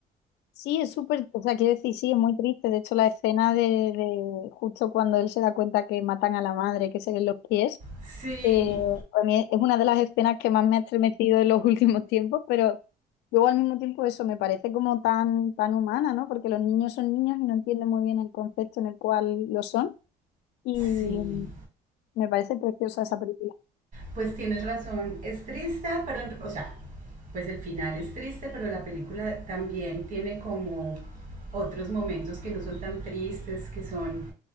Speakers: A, on the left; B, on the right.
A: Sí, es súper, o sea, quiero decir, sí, es muy triste. De hecho, la escena de, de justo cuando él se da cuenta que matan a la madre, que se ven los pies,
B: Sí,
A: eh, a mí es una de las escenas que más me ha estremecido en los <laughs> últimos tiempos, pero luego al mismo tiempo eso me parece como tan, tan humana, ¿no? Porque los niños son niños y no entienden muy bien el concepto en el cual lo son. Y,
B: sí,
A: Me parece preciosa esa película.
B: pues tienes razón, es triste, pero, en- o sea, pues el final es triste, pero la película también tiene como otros momentos que no son tan tristes, que son